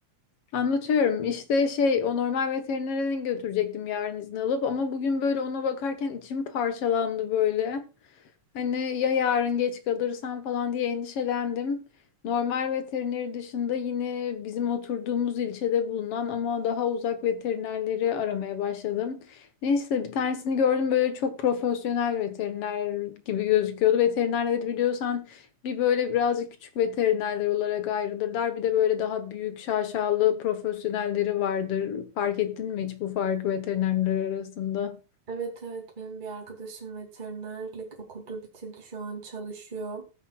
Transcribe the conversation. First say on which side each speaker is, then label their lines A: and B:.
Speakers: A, on the left; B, on the right.
A: anlatıyorum işte şey o normal veterinere götürecektim yarın izin alıp ama bugün böyle ona bakarken içim parçalandı böyle. Hani ya yarın geç kalırsam falan diye endişelendim. Normal veterineri dışında yine bizim oturduğumuz ilçede bulunan ama daha uzak veterinerleri aramaya başladım. Neyse bir tanesini gördüm böyle çok profesyonel veteriner gibi gözüküyordu. Veterinerleri biliyorsan bir böyle birazcık küçük veterinerler olarak ayrılırlar. Bir de böyle daha büyük şaşalı profesyonelleri vardır. Fark ettin mi hiç bu farkı veterinerler arasında?
B: Evet evet benim bir arkadaşım veterinerlik okudu bitirdi şu an çalışıyor.